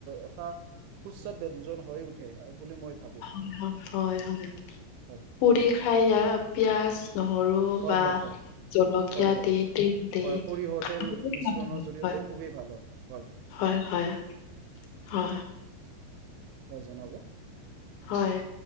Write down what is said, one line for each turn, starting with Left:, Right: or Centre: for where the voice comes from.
Right: এটা সুস্বাদ ব্যঞ্জন হৈ উঠে। বুলি মই ভাবোঁ।
Left: হয়, হয়, হয়, হয়,
Right: হয়,
Left: পুৰি খাইয়া পিয়াজ নহৰু
Right: হয়,
Left: বা
Right: হয়, হয়,
Left: জলকীয়া
Right: হয়, হয়।
Left: দি তেল দি
Right: হয় সৰিয়হৰ তেল মিশ্ৰণৰ জৰিয়তে
Left: হয়।
Right: খুবেই ভাল হয়, হয়
Left: হয়, হয় হয়।
Right: হয় জনাব।
Left: হয়